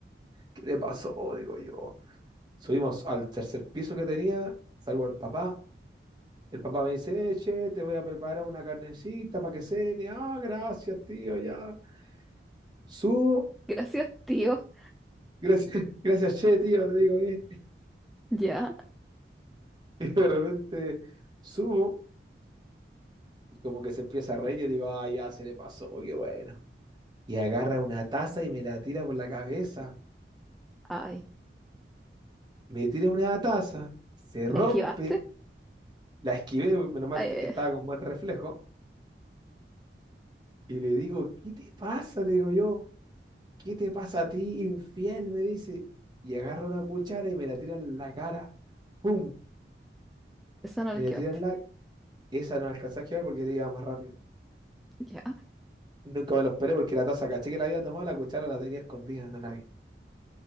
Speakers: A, on the right; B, in the centre.
A: ¿Qué le pasó? Digo yo. Subimos al tercer piso que tenía, salvo al papá. El papá me dice, "Eh, che, te voy a preparar una carnecita para que cene. Ah, gracias, tío, ya. Subo,
B: Gracias, tío.
A: gracias, <laughs> gracias, che, tío, le digo, eh.
B: Ya.
A: Y de repente subo, y como que se empieza a reír, y digo, ah, ya se le pasó, qué bueno. Y agarra una taza y me la tira por la cabeza.
B: Ay.
A: me tiré una taza, se
B: ¿La
A: rompe,
B: esquivaste?
A: la esquivé, menos mal
B: Eh,
A: te- estaba con buen reflejo, y le digo, ¿qué te pasa? Le digo yo, ¿qué te pasa a ti, infiel? Me dice, y agarra una cuchara y me la tira en la cara, ¡pum!
B: esa no
A: Me
B: la esquivaste.
A: la tira en la... Esa no alcanzé a esquivar porque iba más rápido.
B: Ya.
A: Nunca me lo esperé porque la taza, caché que la había tomado, la cuchara la tenía escondida, no la vi.